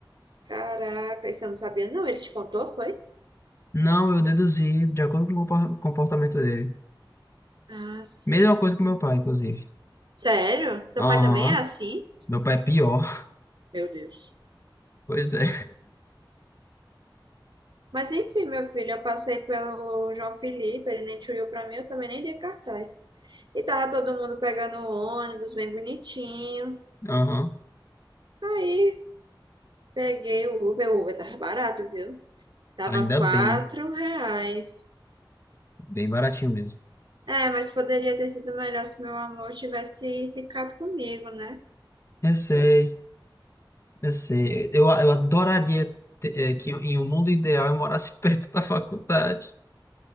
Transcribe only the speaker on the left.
Não, eu deduzi de acordo com o compor- comportamento dele.
Mesma coisa com meu pai, inclusive.
Aham.
Meu pai é pior. <laughs>
Pois é.
Aham.
Ainda
bem.
Bem baratinho mesmo.
Eu sei, eu sei. Eu, eu adoraria ter- eh, que em um mundo ideal eu morasse <laughs> perto da faculdade.